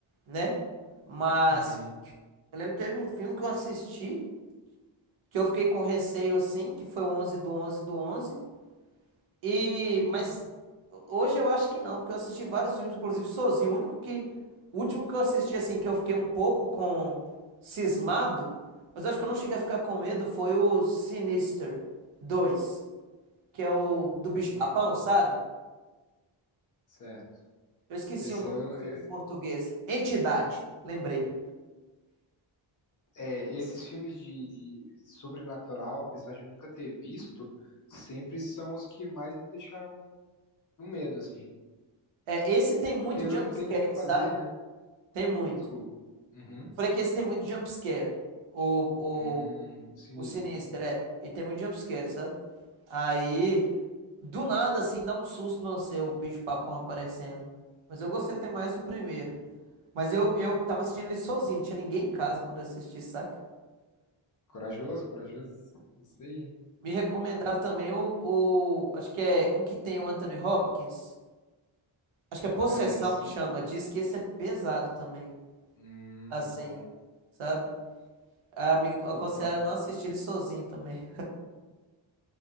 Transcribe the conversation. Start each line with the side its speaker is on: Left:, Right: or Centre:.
Right: né? Mas
Left: Uhum.
Right: eu lembro que teve um filme que eu assisti, que eu fiquei com receio assim, que foi o 11 do onze do 11 e, mas hoje eu acho que não, porque eu assisti vários filmes, inclusive sozinho. O único que, o último que eu assisti, assim, que eu fiquei um pouco com cismado, mas eu acho que eu não cheguei a ficar com medo, foi o Sinister dois, que é o do Bicho-Papão,
Left: Hum,
Right: sabe?
Left: certo.
Right: Eu esqueci
Left: Esse
Right: o nome
Left: eu-
Right: do filme
Left: eu-
Right: em português. Entidade, lembrei.
Left: é, esses filmes de, de sobrenatural, apesar de eu nunca ter visto, sempre são os que mais me deixaram um medo, assim.
Right: É, esse tem muito
Left: Porque eu
Right: jump
Left: não tenho
Right: scare,
Left: o que fazer,
Right: sabe?
Left: né?
Right: Tem muito.
Left: Desculpa. Uhum.
Right: Eu falei que esse tem muito jump scare. O,
Left: Hum,
Right: o
Left: sinistra.
Right: O Sinistro, é. Ele tem muito jumpscare, sabe? Aí, do nada, assim, dá um susto no você, o bicho papão aparecendo. Mas eu gostei até mais do primeiro. Mas eu, eu tava assistindo ele sozinho, não tinha ninguém em casa quando eu assisti, saca?
Left: Corajoso, corajoso. Isso aí.
Right: Me recomendaram também o, o. Acho que é um que tem o Anthony Hopkins. Acho que é Possessão
Left: É, esse-
Right: que chama. Diz que esse é pesado também.
Left: hum,
Right: Assim,
Left: bom.
Right: sabe? A amiga
Left: Pô,
Right: aconselharam
Left: top.
Right: não assistir ele sozinho também.